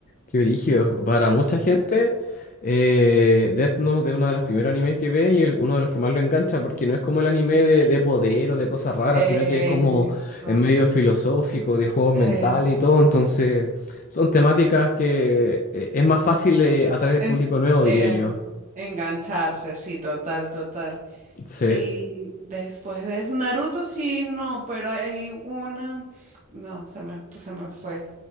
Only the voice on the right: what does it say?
Mm,
Sí.
Eso.
Eh,
en-
eh,
engancharse, sí, total, total.
Y después de Naruto, sí, no, pero hay una. No, se me, pues, se me fue.